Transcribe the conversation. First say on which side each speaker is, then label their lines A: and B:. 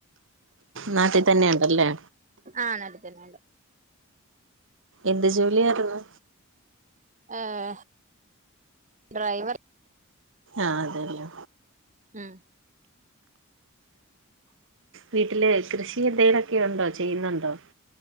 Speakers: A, on the right (about 65°); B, on the right (about 35°).
A: നാട്ടിൽ തന്നെ ഉണ്ടല്ലേ
B: ആഹ് നാട്ടിത്തന്നെണ്ട്
A: എന്ത് ജോലിയാര്ന്നു?
B: ഏഹ് ഡ്രൈവർ
A: ആഹ് അതെല്ലേ
B: ഉം
A: വീട്ടില് കൃഷി എന്തെങ്കിലൊക്കെ ഉണ്ടോ ചെയ്യുന്നുണ്ടോ?